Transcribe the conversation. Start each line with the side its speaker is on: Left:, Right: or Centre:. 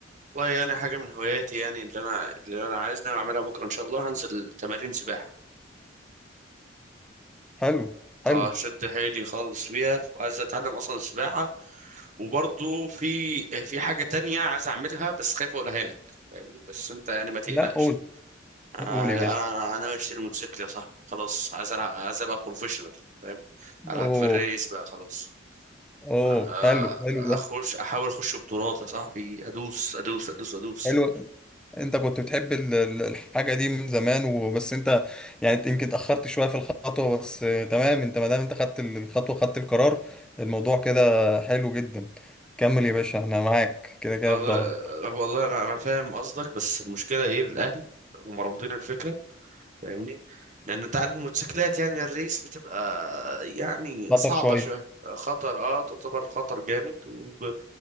Right: والله يعني حاجة من هواياتي يعني اللي أنا اللي أنا عايز ناوي أعملها بكرة إن شاء الله هنزل تمارين سباحة
Centre: حلو حلو
Right: أشد حيلي خالص فيها وعايز أتعلم أصلا السباحة وبرضه في في حاجة تانية عايز أعملها بس خايف أقولها لك فاهمني بس أنت يعني ما تقلقش
Centre: لا قول
Right: آه،
Centre: قول يا
Right: أنا
Centre: باشا
Right: أنا أنا ناوي أشتري موتوسيكل يا صاحبي خلاص عايز ألعب عايز أبقى بروفيشنال فاهم ألعب
Centre: اوه
Right: في الريس بقى خلاص
Centre: اوه
Right: أ- أ-
Centre: حلو حلو ده
Right: أخش أحاول أخش بطولات يا صاحبي أدوس أدوس أدوس أدوس
Centre: حلو انت كنت بتحب ال- ال- الحاجه دي من زمان وبس انت يعني يمكن اتاخرت شويه في الخطوه بس آه، تمام انت ما دام انت خدت ال- الخطوه خدت القرار الموضوع كده حلو جدا كمل يا باشا احنا معاك كده كده
Right: والله
Centre: في ظهرك
Right: والله انا انا فاهم قصدك بس المشكله ايه الاهل هم رافضين الفكره فاهمني لان انت عارف الموتوسيكلات يعني الريس بتبقى يعني
Centre: خطر
Right: صعبه
Centre: شويه
Right: شويه خطر اه تعتبر خطر جامد وب...